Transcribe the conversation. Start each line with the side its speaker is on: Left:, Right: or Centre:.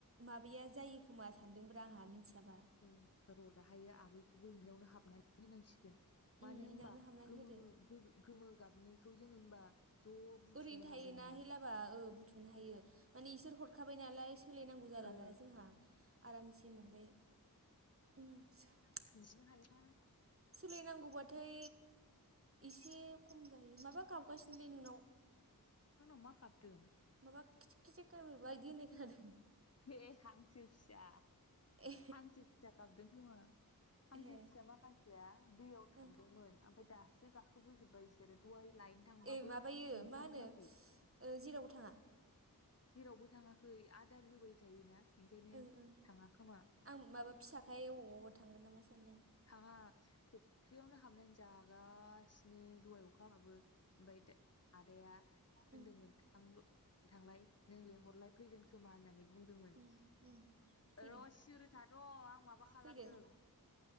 Right: माबाया जायो खोमा सानदोंब्रा आंहा मिथियाबा।
Left: उम र दाहायो आगैखौबो इनियावनो हाबनानै होनांसिगो गोन
Right: उम
Left: मानो होमबा
Right: इनावनो हाबनानै
Left: गोमो
Right: होदो
Left: गो गोमो गाबनिखौ जोङो होमबा ज' बुथुमनो
Right: ओरैनो थायोना
Left: हागोन ना
Right: हेलाबा ओ बुथुमनो हायो माने इसोर हरखाबाय नालाय। सोलायनांगौ जाला
Left: ओ
Right: नालाय जोंहा आरामसे मोनबाय उम सा
Left: थुंस' हायोना
Right: सोलायनांगौबाथाय एसे खम जाहैयो माबा गाबगासिनोलै नोंनाव।
Left: आंनाव मा गाबदों?
Right: माबा खिथिख खिथिख बायदि होननाय खोनादों।
Left: ए हांसो फिसा
Right: ए
Left: हांसो फिसा गाबदों खोमा हांसो
Right: ए
Left: फिसा माखासेया दैयाव
Right: ओं
Left: थांदोंमोन ओमफाय दासो गाखोबोजोबबाय बिसोरो। दहाय लायनो थांबाबो
Right: ए माबायो
Left: ओंखारबोआखै।
Right: मा होनो ओ जेरावबो थाङा
Left: जेरावबो थाङाखै आदार होबाय थायोना। ओंखायनो
Right: ओं ओं
Left: थाङा खोमा
Right: आं माबा फिसाखाय अबावबा थांगोन नामा सानदों।
Left: थाङा फख्रियावनो हाबनानै जागासिनो दहाइ अखा हाबाबो। ओमफाय दा आदाया होनदोंमोन
Right: उम
Left: थांलाय नों लेंंहरलाय फैगोन खोमा होननानै बुं दोंमोन
Right: उम उम फैदों
Left: र' सिरि थाथ'आं माबा खालामदों।
Right: फैदों